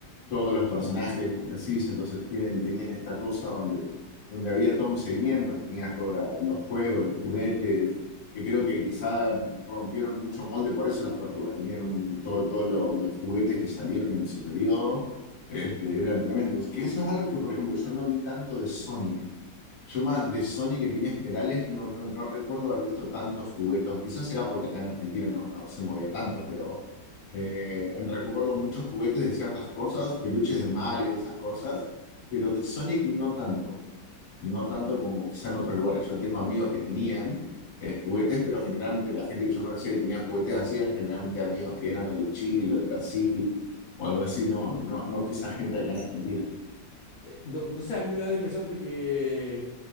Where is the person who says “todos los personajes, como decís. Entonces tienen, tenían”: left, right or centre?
Left